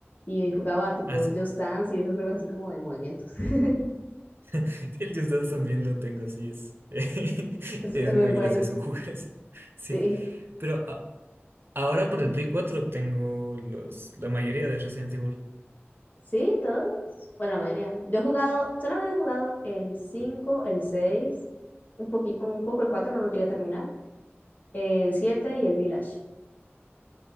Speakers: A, on the left (about 40°); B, on the right (about 55°).
A: Y jugaba tipo
B: Ah, sí.
A: Just Dance y esos juegos así como de movimientos. <laughs>
B: <laughs> El Just Dance también lo tengo, sí, es, <laughs>
A: Es,
B: es
A: es muy
B: muy
A: bueno.
B: gracioso <laughs> jugar eso. Sí.
A: Sí.
B: Pero ah, Ahora por el Play 4 tengo los, la mayoría de Resident Evil.
A: Sí, todos. Bueno, la mayoría. Yo he jugado, solamente he jugado el 5, el 6, un poquito, un poco el 4 no lo llegué a terminar. El 7 y el Village.